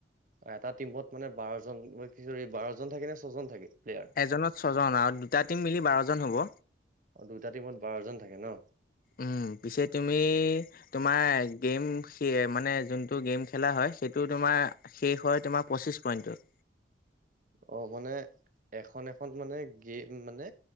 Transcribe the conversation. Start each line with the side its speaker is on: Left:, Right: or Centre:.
Right: এটা টিমত মানে, বাৰজন কি সৰী বাৰজন থাকে নে ছয়জন থাকে প্লেয়াৰ?
Left: এজনত ছয়জন আৰু দুটা টিম মিলি বাৰজন হ'ব।
Right: দুটা টিমত বাৰজন থাকে ন।
Left: উম, পিছে তুমি তোমাৰ গেম শে মানে যোনটো গেম খেলা হয়, সেইটো তোমাৰ শেষ হয় তোমাৰ পঁচিছ পইণ্টত।
Right: অ', মানে এখন, এখন মানে গেম মানে